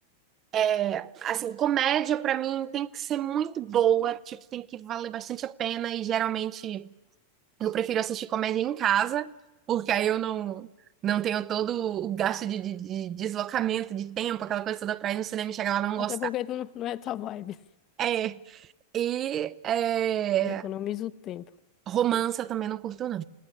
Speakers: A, on the right (about 30°); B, on the left (about 35°).
A: é, assim, comédia pra mim tem que ser muito boa, tipo, tem que valer bastante a pena e geralmente eu prefiro assistir comédia em casa, porque aí eu não não tenho todo o gasto de, de- de deslocamento, de tempo, aquela coisa toda pra ir no cinema e chegar lá e não
B: Até
A: gostar.
B: porque tu não não é tua vibe.
A: É, e é,
B: E economiza o tempo.
A: romance eu também não curto, não.